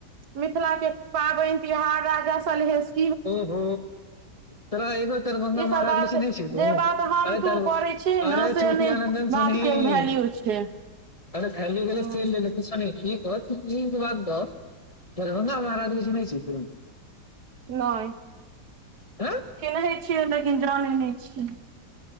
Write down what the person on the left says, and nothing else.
ओहो तोरा एकगो दरभंगा
महाराज
के चिन्है छी तुं
अरे
दर
अरे
चुतियानन्दन
सुनही
अरे थैली गेलय
तेल लेबय सुनही इ बाद कह दरभंगा महाराज के चिन्है छीहीं तुं
हँ